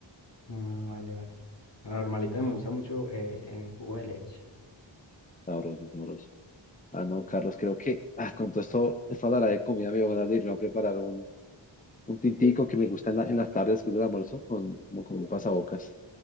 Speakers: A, on the left (about 65°); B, on the left (about 15°).
A: Ah, vale, vale. La normalita me gusta mucho eh, en jugo de leche.
B: Sabroso, sabroso. Ah, no, Carlos, creo que ah, con todo esto, esta hablará de comida, me dio ganas de irme a preparar un, un tintico que me gusta en, la- en las tardes después del almuerzo, con, como con un pasabocas.